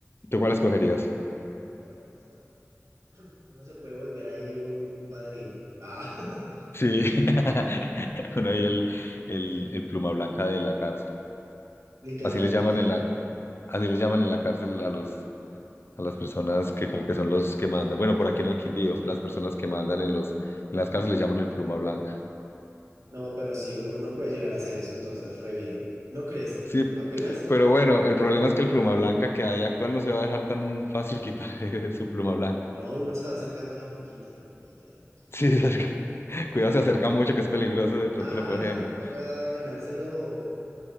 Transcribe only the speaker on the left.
¿tú cuál escogerías?
Sí, <laughs> uno ahí el, el, el pluma blanca de la cárcel,
así les llaman
en la, así les llaman en la cárcel a los, a las personas que como que son los que mandan, bueno, por aquí en el Quindío, las personas que mandan en los, en las cárceles les llaman el pluma blanca,
sí,
Pero bueno, el problema es que el pluma blanca que hay actual no se va a dejar tan fácil quitar <laughs> su pluma blanca.
Sí, se acerca. <laughs> Cuidado, se acerca mucho, que es peligroso, de pronto
lo cogemos,